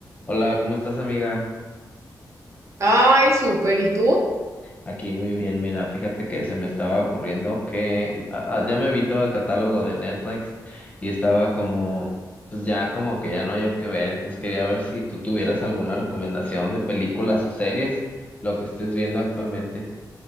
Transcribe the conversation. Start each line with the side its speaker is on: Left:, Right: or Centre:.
Left: Hola, ¿cómo estás, amiga?
Right: Ay, súper. ¿Y tú?
Left: Aquí muy bien, mira, fíjate que se me estaba ocurriendo que ah, ah, ya me vi todo el catálogo de Netflix y estaba como, pues ya como que ya no hay yo que ver, entonces quería ver si tú tuvieras alguna recomendación de películas o series, lo que estés viendo actualmente.